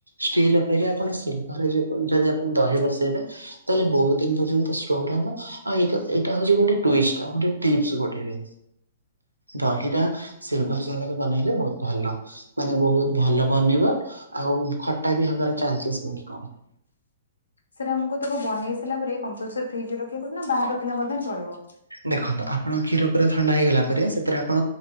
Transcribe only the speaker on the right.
ଷ୍ଟିଲ୍ ଅପେକ୍ଷା ଆପଣ ସିଲଭର ରେ ଯଦି ଆପଣ ଦହି ବସେଇବେ ତାହେଲେ ବହୁତ ଦିନ ପର୍ଯ୍ୟନ୍ତ <unintelligible> ହବ ଆଉ ଏଟା- ଏଟା ହଉଛି ଗୋଟେ ଟୁଇଷ୍ଟ୍ ଆଉ ଗୋଟେ ଟିପ୍ସ ଗୋଟେ ବି। ଦହିଟା ସିଲଭର ଜାଗାରେ ବନେଇଲେ ବହୁତ୍ ଭଲ। ମାନେ ବହୁତ ଭଲ ବନିବ ଆଉ ଖଟା ବି ହବାର ଚାନ୍ସସ୍ ବହୁତ କମ୍।
ଦେଖନ୍ତୁ ଆପଣଙ୍କ କ୍ଷୀର ପୁରା ଥଣ୍ଡା ହେଇଗଲା ପରେ ସେଥିରେ ଆପଣ